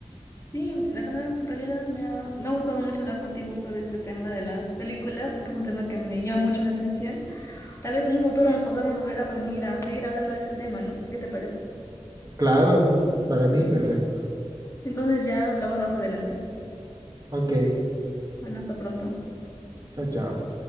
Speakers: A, on the left; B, on the right.
A: Sí, la re- en realidad me ha, me ha gustado mucho hablar contigo sobre este tema de las películas, porque es un tema que me llama mucho la atención. Tal vez en un futuro nos podamos volver a reunir a seguir hablando de este tema, ¿no? ¿Qué te parece?
B: Claro, es- para mí, perfecto.
A: Entonces ya hablamos más adelante.
B: Ok,
A: Bueno, hasta pronto.
B: chao, chao.